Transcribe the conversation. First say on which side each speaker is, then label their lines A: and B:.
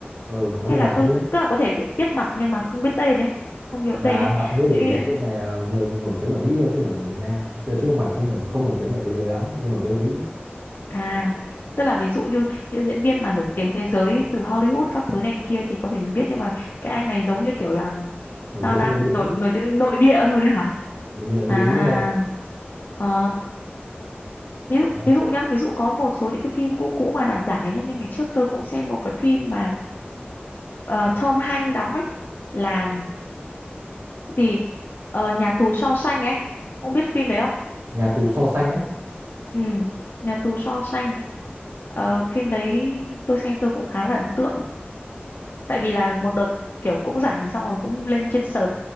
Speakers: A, on the right; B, on the left.
A: Ừ, có
B: hay
A: thể
B: là
A: bà không
B: tôi
A: biết.
B: tức là có thể biết biết mặt nhưng mà không biết tên ấy không nhớ
A: bà
B: tên ấy
A: bà không biết
B: những,
A: bởi vì
B: những-
A: diễn viên này là người nổi tiếng ở Mỹ thôi chứ không phải người Việt Nam Giờ chứ không phải không nổi không nổi tiếng ở thế giới lắm nhưng mà nổi tiếng ở Mỹ
B: à tức là ví dụ như những diễn viên mà nổi tiếng thế giới từ Hollywood các thứ này kia thì có thể mình biết nhưng mà cái anh này giống như kiểu là
A: nổi
B: sao
A: tiếng
B: ta
A: trong nội địa
B: nổi
A: Mỹ
B: nổi tiếng nội địa thôi đấy hả
A: nội địa, nội địa
B: à
A: Mỹ thôi
B: ờ ví dụ
A: đấy.
B: ví dụ nhá ví dụ có một số những cái phim cũ cũ mà đạt giải nhá như ngày trước tôi cũng xem một cái phim mà ờ, Tom Hanks đóng ấy làm gì Ờ, nhà tù Shawshank ấy không biết phim đấy không
A: Nhà tù xô Xanh á
B: ừ nhà tù Shawshank Ờ, phim đấy tôi xem tôi cũng khá là ấn tượng tại vì là một đợt kiểu cũng rảnh xong rồi cũng lên trên search